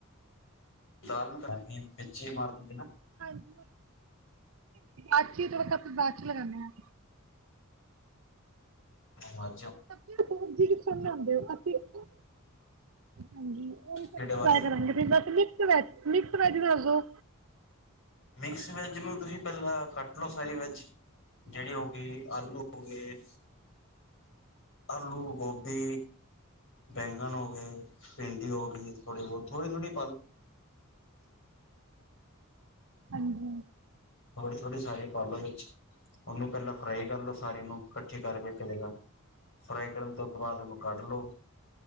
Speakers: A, on the left (about 65°); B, on the right (about 70°).
A: ਦਾਲ ਨੂੰ ਕਰ ਮੱਚੀ ਮਾਰਦ ਦਿ ਨਾ
B: ਹਾਂਜੀ ਅੱ ਹੀ ਥੋੜਾ ਬਾਅਦ ਹੀ ਲਗਾਉਾਨਦੇ ਹ
A: ਹਾਂ
B: ਸਬ ਸਬਜ਼ੀਖਣ ਆਉਂਦੇ ਹੋ ਅਸੀਂ ਹ ਹਾਂਜੀ ਉਹੀ ਸਬਜ਼ੀ
A: ਕਿਹੜੇ ਵਾਲੀ
B: ਟ ਕਰਾਂਗੇ ਤੁਸੀਂ ਬ ਮਿਕ ਵੈ ਮ ਵੈ ਨਾਲ ਦ
A: ਮਿਕਸ ਵੈੱਜ ਨੂੰ ਤੁਸੀਂ ਪਹਿਲਾਂ ਕੱਟ ਲਓ ਸਾਰੀ ਵੈੱਜ ਜਿਹੜੀ ਹੋ ਗਈ ਆਲੂ ਹੋ ਗਏ ਆਲੂ ਗਭ ਤੇ ਬੈਂਗਨ ਹੋ ਗਏ ਭਿੰਡੀ ਹੋ ਗਈ ਥੋੜੀ ਬਹੁਤ ਥੋੜੀ ਥੋੜੀ
B: ਹਾਂਜੀ
A: ਥੋੜੇ ਥੋੜੇ ਸਾਰੇ ਪਾਲੋ ਵਿੱਚ ਉਹਨੂੰ ਪਹਿਲਾਂ ਫਰਾਈ ਕਰ ਲੋ ਸਾਰੇ ਨੂੰ ਕ <inaudible> ਫਰਾਈ ਕਰਨ ਤੋਂ ਬਾਅਦ ਉਹਨੂੰ ਕੱਢ ਲਓ